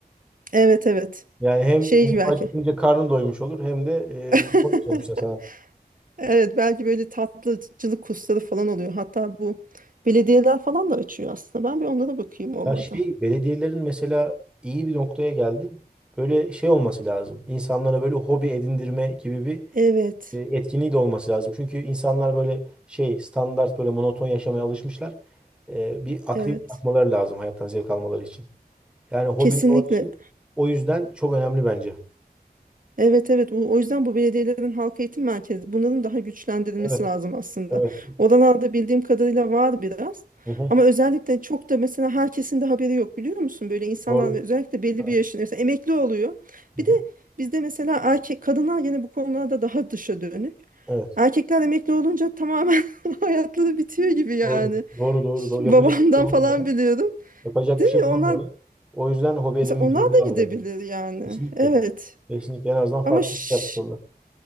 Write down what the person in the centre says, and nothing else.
Yani hem,
hem
acıkınca karnın doymuş olur hem de e,
hoş sonuçta sana.
Ya şey belediyelerin mesela iyi bir noktaya geldin. Böyle şey olması lazım. İnsanlara böyle hobi edindirme gibi bir
e, etkinliği de olması lazım. Çünkü insanlar böyle şey standart böyle monoton yaşamaya alışmışlar. E, bir aktivite
yapmaları lazım hayattan zevk almaları için. Yani hobiler
o için- o yüzden çok önemli bence.
Evet,
evet.
Hı hı.
Doğru.
Evet.
Hı
hı.
Evet.
Doğru. Doğru doğru
doğru. Yapacak
bir şey bulamıyorlar.
Yapacak
bir şey
bulamıyorlar.
O yüzden hobi edinmek
zorundalar
bence.
Kesinlikle.
Kesinlikle en azından farklı
bir şey yapıyorlar.